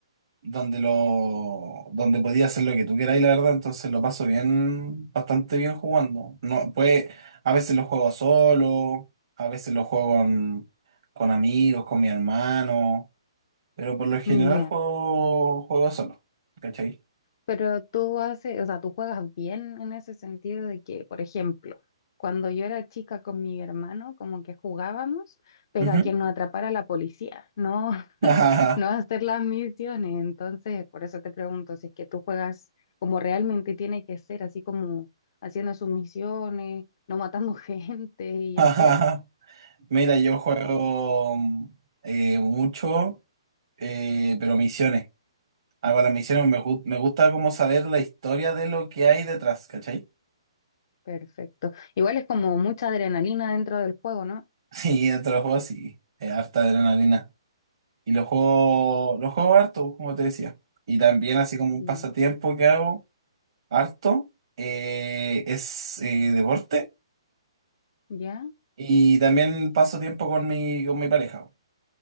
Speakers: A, on the right (about 60°); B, on the left (about 50°).
A: donde lo donde podías hacer lo que tú queráis, la verdad, entonces lo paso bien, bastante bien jugando. No, pues a veces lo juego solo, a veces lo juego con, con amigos, con mi hermano, pero por lo general
B: Ya.
A: juego, juego solo, ¿cachai?
B: Pero tú haces, o sea, tú juegas bien en ese sentido de que, por ejemplo, cuando yo era chica con mi hermano, como que jugábamos, pero
A: Ujú.
B: a que nos atrapara la policía, no,
A: <laughs>
B: <laughs> no a hacer las misiones. Entonces, por eso te pregunto si es que tú juegas como realmente tiene que ser, así como haciendo sus misiones, no matando <laughs> gente y
A: Ajá,
B: así.
A: ajá. Mira, yo juego mm, eh, mucho, eh, pero misiones. Hago las misiones, me, gu- me gusta como saber la historia de lo que hay detrás, ¿cachai? <laughs>
B: Perfecto. Igual es como mucha adrenalina dentro del juego, ¿no?
A: Sí, dentro de los juegos sí, es harta adrenalina. Y los juego, los juego harto, como te decía. Y también así como
B: Bien.
A: un pasatiempo que hago harto, eh, es eh, deporte.
B: ¿Ya?
A: Y también paso tiempo con mi, con mi pareja.